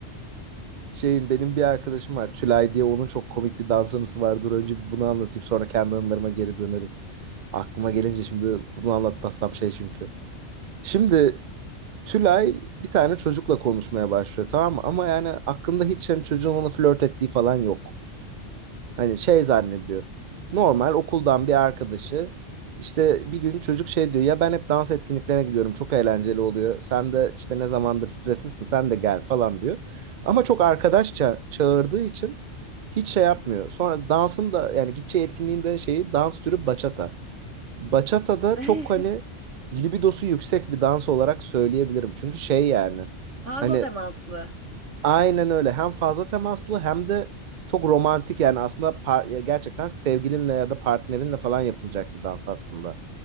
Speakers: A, on the right; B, on the right.
A: <laughs> şeyin benim bir arkadaşım var. Tülay diye onun çok komik bir dans anısı var. Dur önce bir bunu anlatayım sonra kendi anılarıma geri dönerim. Aklıma gelince şimdi bunu anlatmazsam şey çünkü. Şimdi Tülay bir tane çocukla konuşmaya başlıyor tamam mı? Ama yani aklında hiç yani çocuğun ona flört ettiği falan yok. Hani şey zannediyor. Normal okuldan bir arkadaşı işte bir gün çocuk şey diyor ya ben hep dans etkinliklerine gidiyorum çok eğlenceli oluyor. Sen de işte ne zamandır streslisin sen de gel falan diyor. Ama çok arkadaşça çağırdığı için hiç şey yapmıyor. Sonra dansın da yani gideceği etkinliğin de şeyi dans türü bachata. Bachata da
B: <laughs>
A: çok hani libidosu yüksek bir dans olarak söyleyebilirim. Çünkü şey yani
B: Fazla
A: hani
B: temaslı.
A: Aynen öyle. Hem fazla temaslı hem de çok romantik yani aslında par- ya gerçekten sevgilinle ya da partnerinle falan yapılacak bir dans aslında.